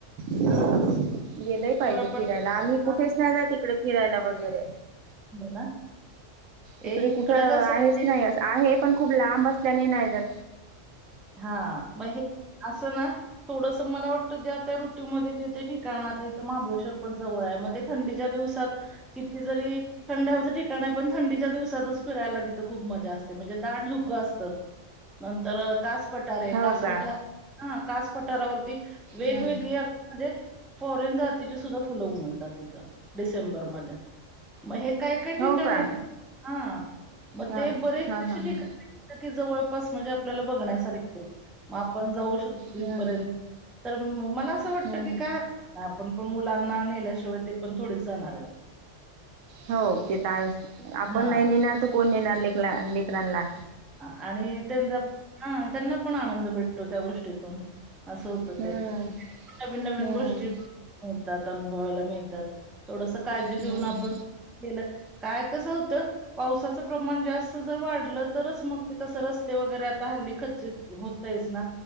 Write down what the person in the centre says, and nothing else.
हा
शिवाय पण
हा
हो ना
ए इकडं
कसं
आहे ते
हा मग हे असं ना थोडस मला वाटत ज्या त्या ऋतूमध्ये ते ठिकाण आता इथं महाबळेश्वर पण जवळ आहे मग ते थंडीच्या दिवसात तिथे जरी थंड हवेचे ठिकाण आहे पण थंडीच्या दिवसातच फिरायला तिथं खूप मज्या असते म्हणजे दाट धुकं असतं. नंतर कास पठारे आहे कास
पठारे हा कास पठारावरती वेगवेगळी
म्हणजे फॉरेन जातीची सुद्धा फुलं उमलतात तिथं डिसेंबरमध्ये मग हे काय काय
ठिकाण
आहिती हा. मग
ते बरेच
से
ठिकाणी की जवळपास म्हणजे आपल्याला बघण्या सारखी मग आपण जाऊ शकतो तिथं
पर्यंत मला असं वाटत
की काय आपण पण मुलांना नेल्याशिवाय ते पण थोडीच जाणार आहेत.
हां.
आणि त्यांच हम्म त्यांना पण आनंद भेटतो त्या गोष्टीतून असं होतं
ते नवीन नवीन
गोष्टी मिळतात अनुभवायला मिळतात. थोडस काळजी घेऊन
आपण केल काय कस होत पावसाचं प्रमाण जास्त जर वाढलं तरच मग ते कस रस् रस्ते वगैरे आता हल्ली खचचित होतेयचं ना